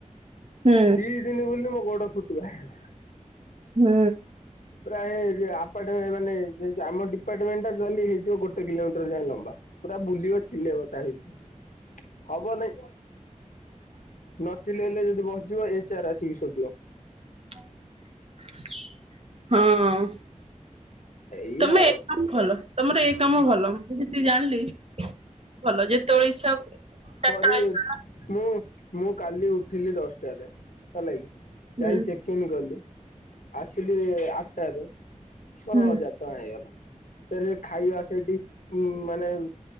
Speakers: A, on the right; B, on the left.
A: ହୁଁ
B: ଦି ଦିନୀ ବୁଲି ମୋ ଗୋଡ ଫୁଟିକା ହେଖ।
A: ହୁଁ।
B: ପ୍ରାୟ ଏ ଆପର୍ଟ ମାନେ ଆମ ଡିପାର୍ଟମେଣ୍ଟ ଟା ଟୋଟାଲୀ ହେଇଥିବ ଗୋଟେ କିଲୋମିଟର ଯାଏ ଲମ୍ବା? ପୁରା ବୁଲିବ ଚିଲ୍ଲେଇବ ତା ଭିତରେ ହବ ନାଇଁ? ନ ଚିଲ୍ଲେଇଲେ ଯଦି ବସିଯିବ ଏଚ୍ ଆର୍ ଆସିକି ସୋଦିବ।
A: ହଁ।
B: ଏଇୟା
A: ତମେ
B: ଆଉ।
A: ଏ କାମ ଭଲ ତମର ଏ କାମ ଭଲ। ମୁଁ ଯେତିକି ଜାଣିଲି ଭଲ ଯେତେବେଳେ ଇଚ୍ଛା ହବ ଚାରିଟା
B: ସରିତ୍
A: ବେଳେ ଇଚ୍ଛା
B: ମୁଁ, ମୁଁ କାଲି ଉଠିଲି ଦଶଟାରେ ହେଲା କିି ଯାଇଁ
A: ହୁଁ
B: ଚେକ୍ କିଣି ଗଲି। ଆସିଲି ଆଟ୍ଟାରେ ପର
A: ହୁଁ।
B: ହଜାର କଣ ହେଇଗଲା? ଫେରେ ଖାଇବା ଆସ୍ ସେଇଠି ଉମ୍ ମାନେ ଅ